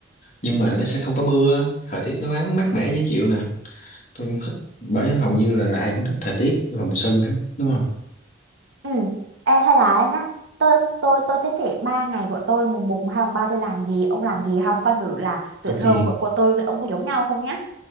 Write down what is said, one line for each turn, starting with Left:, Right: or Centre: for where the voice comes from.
Left: Nhưng mà nó sẽ không có mưa, thời tiết nó nắng mát mẻ dễ chịu nè. Tôi cũng thích bởi hầu như là ai cũng thích thời tiết vào mùa xuân hết, đúng không?
Right: Ừ. Ê, hay là á nhá tôi tôi tôi sẽ kể ba ngày của tôi mùng một mùng hai mùng ba tôi làm gì ông làm gì không coi thử là tuổi
Left: Ok,
Right: thơ của, của tôi với ông có giống nhau không nhá